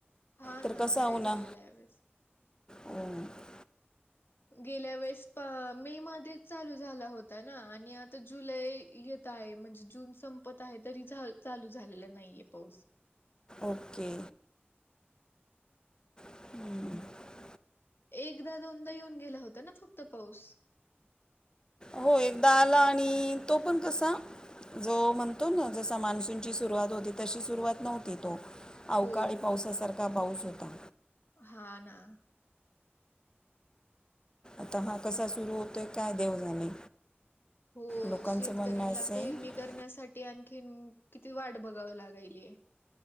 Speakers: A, on the left; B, on the left.
A: हा
B: तर
A: ना
B: कसा
A: नाही
B: उन्हा
A: झालेला ह्या वेळेस
B: ओ-
A: गेल्या वेळेस प मे मध्येच चालू झाला होता ना आणि आता जुलै य ताय म्हणजे जून संपत आहे तरी झा चालू झालेला नाहीये पाऊस
B: ओके हम्म
A: एकदा दोनदा येऊन गेला होता ना फक्त पाऊस
B: हो एकदा आला आणि तो पण कसा जो म्हणतो ना जसा मान्सूनची सुरुवात होती तशी सुरुवात नव्हती तो अवकाळी
A: हो
B: पावसासारखा पाऊस होता
A: हा ना
B: आता हा कसा सुरू होतोय काय देव जाणे
A: हो
B: लोकांचं
A: शेतकऱ्यांला
B: म्हणणं असं
A: पेरणी
B: आहे
A: करण्यासाठी आणखीन किती वाट बघाव लागायलीये